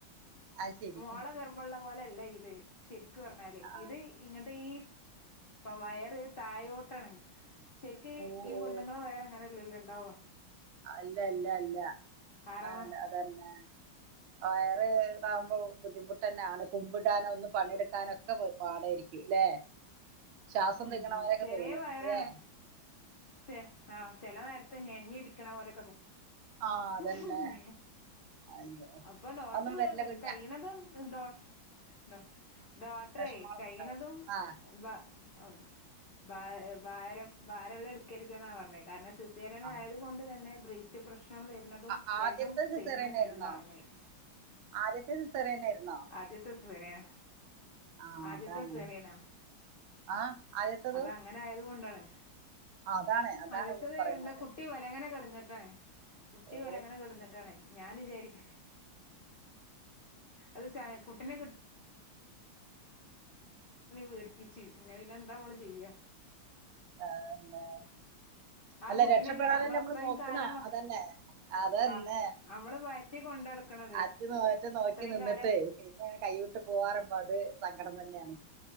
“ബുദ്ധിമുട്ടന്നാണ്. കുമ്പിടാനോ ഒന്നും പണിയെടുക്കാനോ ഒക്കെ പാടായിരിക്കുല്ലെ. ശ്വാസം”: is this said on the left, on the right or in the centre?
Right